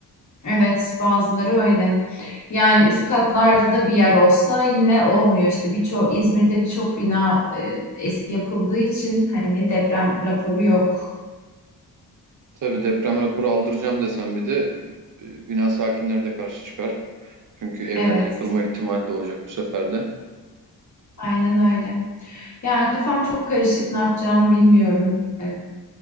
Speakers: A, on the left; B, on the right.
A: Evet, bazıları öyle. Yani üst katlarda bir yer olsa yine olmuyor işte. Birçok İzmir'de birçok bina e, eski yapıldığı için hani deprem raporu yok.
B: Tabii deprem raporu aldıracağım desem bir de e, bina sakinleri de karşı çıkar. Çünkü evlerine
A: Evet,
B: yıkılma ihtimali de olacak bu sefer de.
A: aynen öyle. Ya kafam çok karışık. Ne yapacağımı bilmiyorum. Ee,